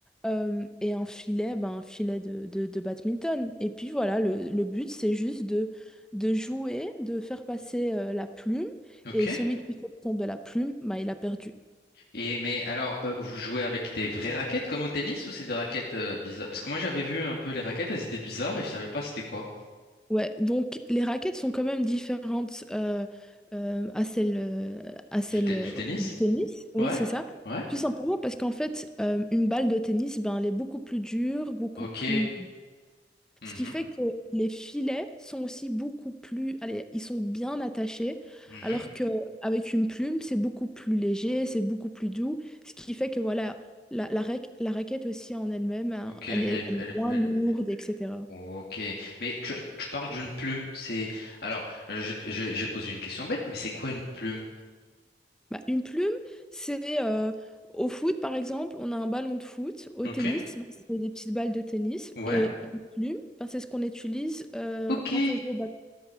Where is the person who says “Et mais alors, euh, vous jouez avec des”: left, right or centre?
Left